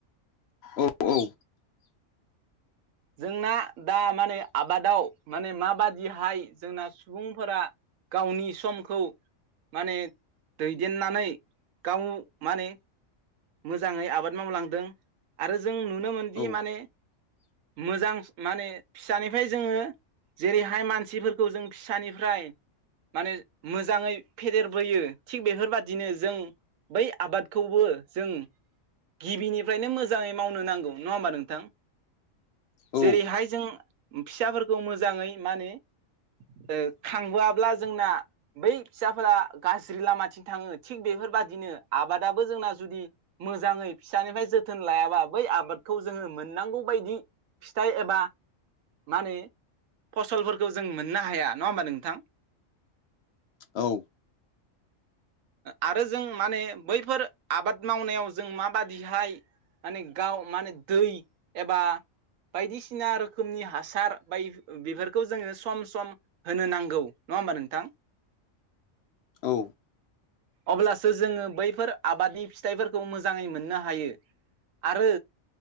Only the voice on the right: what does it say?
जोंना दा माने आबादाव माने माबादिहाय जोंना सुबुंफोरा गावनि समखौ माने दैदेननानै गाव माने मोजाङै आबाद मावलांदों आरो जों नुनो मोनदि
माने मोजां माने फिसानिफ्राय जोङो जेरैहाय मानसिफोरखौ जों फिसानिफ्राय माने मोजाङै फेदेरबोयो थिग बेफोरबादिनो जों बै आबादखौबो जों गिबिनिफ्रायनो मोजाङै मावनो नांगौ नङा होमबा नोंथां।
जेरैहाय जों फिसाफोरखौ मोजाङै माने ओ खांबोआब्ला जोंना बै फिसाफोरा गाज्रि लामाथिं थाङो थिग बेफोरबादिनो आबादाबो जोंना जुदि मोजाङै फिसानिफ्राय जोथोन लायाबा बै आबादखौ जोङो मोननांगौ बायदि फिथाइ एबा माने फसलफोरखौ जों मोननो हाया नङा होमबा नोंथां।
आरो जों माने बैफोर आबाद मावनायाव जों माबादिहाय माने गाव माने दै एबा बायदिसिना रोखोमनि हासार बाय बेफोरखौ जोङो सम सम होनो नांगौ नङा होमबा नोंथां।
अब्लासो जोङो बैफोर आबादनि फिथाइफोरखौ मोजाङै मोननो हायो। आरो